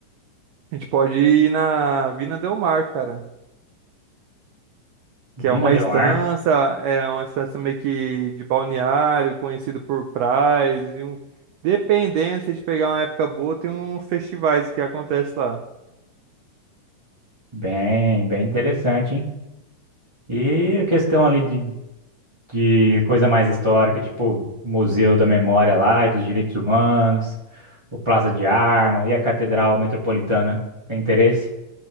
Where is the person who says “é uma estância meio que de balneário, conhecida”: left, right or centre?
Right